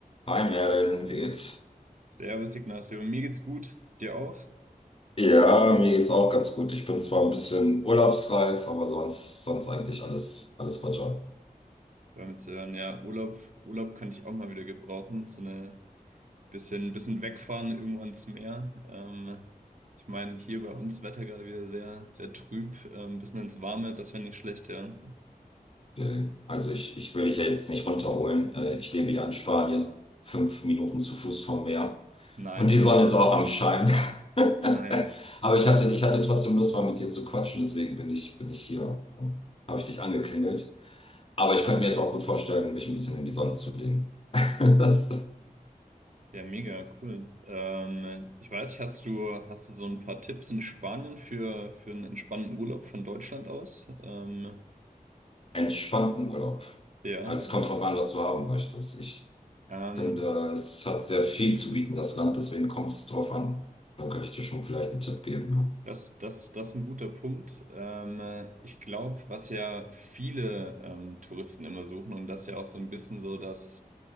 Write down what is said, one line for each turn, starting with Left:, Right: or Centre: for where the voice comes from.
Left: Hi Merlin, wie geht's?
Right: Servus Ignacio, mir geht's gut, dir auch?
Left: Ja, mir geht's auch ganz gut. Ich bin zwar ein bisschen urlaubsreif, aber sonst, sonst eigentlich alles, alles Roger.
Right: War mir zu hören, ja, Urlaub, Urlaub könnte ich auch mal wieder gebrauchen, so eine bisschen, bisschen wegfahren irgendwo ans Meer. Ähm, ich meine, hier bei uns Wetter gerade wieder sehr, sehr trüb, ähm, bisschen ins Warme, das wäre nicht schlecht, ja.
Left: Äh, Also ich, ich will dich ja jetzt nicht runterholen. Äh, Ich lebe ja in Spanien, fünf Minuten zu Fuß vom Meer.
Right: Nein,
Left: Und die Sonne ist auch am Schein. <laughs>
Right: nein.
Left: Aber ich hatte, ich hatte trotzdem Lust, mal mit dir zu quatschen, deswegen bin ich, bin ich hier. ähm, Habe ich dich angeklingelt. Aber ich könnte mir jetzt auch gut vorstellen, mich ein bisschen in die Sonne zu legen. <laughs> Das
Right: Ja, mega, cool. Ähm, ich weiß nicht, hast du, hast du so ein paar Tipps in Spanien für, für einen entspannten Urlaub von Deutschland aus? Ähm,
Left: entspannten Urlaub.
Right: ja,
Left: Also
Right: also,
Left: es kommt drauf an, was du haben möchtest. Ich
Right: ähm,
Left: finde, es hat sehr viel zu bieten, das Land, deswegen kommt es drauf an. Dann könnte ich dir schon vielleicht einen Tipp geben. Ja.
Right: Das, das, das ist ein guter Punkt. Ähm, ich glaube, was ja viele ähm, Touristen immer suchen, und das ist ja auch so ein bisschen so das,